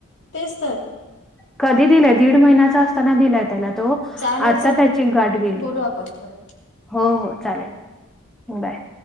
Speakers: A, on the left; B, in the centre.
A: तेच तर
B: कधी दिलंय? दीड महिन्याचा असताना, दिलाय त्याला तो
A: चालेल
B: आता
A: चल
B: त्याची गाठ गेली.
A: बोलू आपण परत
B: हो,
A: हां,
B: हो, चालेल.
A: बाय
B: बाय.